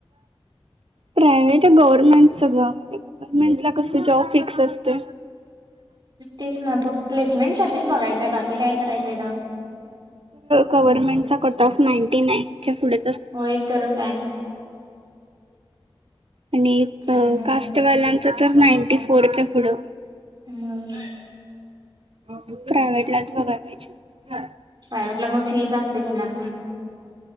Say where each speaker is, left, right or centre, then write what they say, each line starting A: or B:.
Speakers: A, on the right; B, on the right.
A: प्रायव्हेट गव्हर्मेंट सगळं गव्हर्मेंट ला कस जॉब फिक्स असते
B: तेच ना प प्लेसमेंट साठीच बघायचंय बाकी काय करायचंय ना
A: गव्हर्नमेंटचा कट ऑफ नाईंटी नाईन च्या पुढे
B: होय तर काय
A: आणि
B: काय माहित
A: कास्टवालांच तर नाईंटी फोर प पुढं
B: मग
A: प्र्रायवहेट लाच बघायला पाहिजे हा
B: प्रायवटला मग फी जास्त घेणार